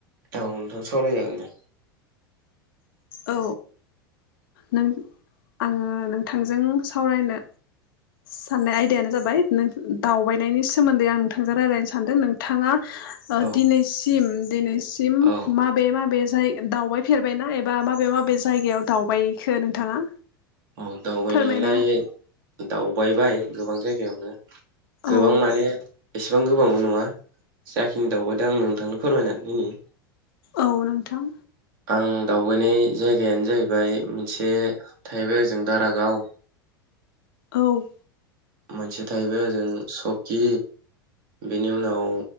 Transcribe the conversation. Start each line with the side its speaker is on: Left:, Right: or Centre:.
Right: औ नोंथां सावराय जागोन दे।
Left: औ नों आङो नोंथांजों सावरायनो साननाय आयदायानो जाबाय नो दावबायनायनि सोमोन्दै आं नोंथांजों रायलायनो सानदों नोंथाङा ओ
Right: औ
Left: दिनैसिम <unintelligible> सिम
Right: औ
Left: माबेे माबे फ्राय दावबायफेरबायना एब बा माबे माबे जायगायाव दावबायखो नोंथाङा?
Right: औ दावबायनायालाय
Left: फोरमायना
Right: दावबायबाय गोबां जायगायावनो।
Left: औ
Right: गोबां माने एसेबां गोबांबो नङा जाखिनि दावबायदो आं नोंथांनो फोरमायनानै होनि
Left: औ नोंथां।
Right: आं दावबायनाय जायगायानो जाहैबाय मोनसे थाहैबाय ओजों दारागाव।
Left: औ
Right: मोनसे थाहैबाय ओजों सकि बेनि उनाव